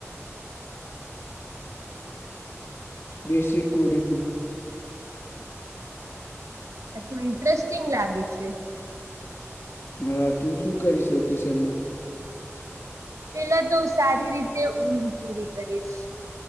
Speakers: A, on the left; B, on the right.
A: બેસી <unintelligible>
B: <unintelligible> ઇન્ટરેસ્ટિંગ લાગે છે.
A: <unintelligible> તું શું કરીશ <inaudible>
B: પેલા તો સારી રીતે ઊંઘ પૂરી કરીશ.